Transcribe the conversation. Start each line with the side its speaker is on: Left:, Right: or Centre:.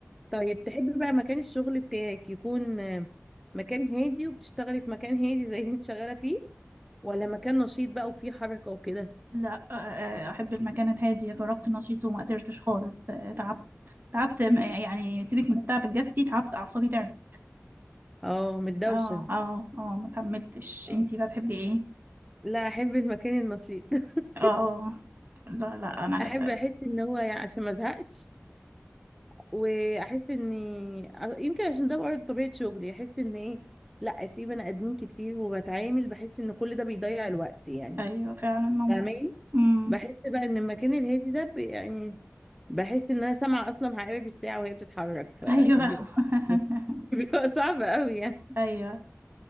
Centre: طيب تحبي بقى مكان الشغل بتاعك يكون آه، مكان هادي وبتشتغلي في مكان هادي زي اللي انت شغالة فيه ولا مكان نشيط بقى وفيه حركة وكده
Right: لا آه، آه، احب المكان الهادي جربت نشيط وما قدرتش خالص آه، تعبت تعبت م- يعني سيبك من التعب الجسدي تعبت اعصابي تعبت
Centre: اه متدوشة
Right: اه اه اه ما كملتش
Centre: اه
Right: انتي بقى بتحبي ايه
Centre: لا احب المكان النشيط <laughs>
Right: اه اه لا لا انا
Centre: احب
Right: جت
Centre: احس ان هو يعني عشان ما ازهقش واحس ان يمكن عشان ده برضه طبيعه شغلي احس ان ايه لا في بني ادمين كتير وبتعامل بحس ان كل ده بيضيع الوقت يعني
Right: ايوه فعلا ممكن
Centre: فاهماني
Right: امم
Centre: بحس بقى ان المكان الهادي ده بي- يعني بحس ان انا سامعه اصلا حقائب الساعه وهي بتتحرك فبيبقى
Right: ايوه <laughs>
Centre: <laughs> بيبقى صعب قوي يعني
Right: ايوه